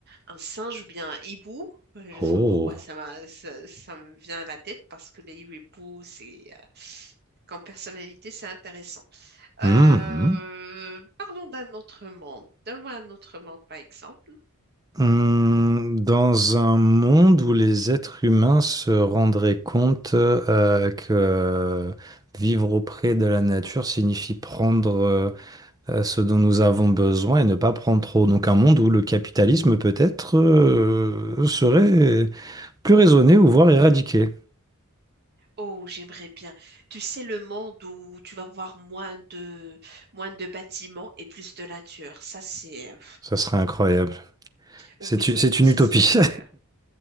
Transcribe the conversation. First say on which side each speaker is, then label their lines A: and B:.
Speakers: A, on the right; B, on the right.
A: un singe ou bien un hibou. Euh, Je
B: Oh.
A: sais pas pourquoi ça m'a, ça, ça me vient à la tête parce que les hiboux, c'est, euh, comme personnalité, c'est intéressant. Euh,
B: Mhm.
A: parlons d'un autre monde. Donne-moi un autre monde, par exemple.
B: Hmm. Dans un monde où les êtres humains se rendraient compte euh, que vivre auprès de la nature signifie prendre euh, euh, ce dont nous avons besoin et ne pas prendre trop. Donc un monde où le capitalisme peut-être euh, serait plus raisonné ou voire éradiqué.
A: Oh, j'aimerais bien. Tu sais, le monde où tu vas voir moins de, moins de bâtiments et plus de nature. Ça, c'est... euh,
B: Ça serait incroyable.
A: Oui,
B: C'est u- c'est
A: oui,
B: une
A: ça
B: utopie.
A: serait incroyable.
B: <laughs>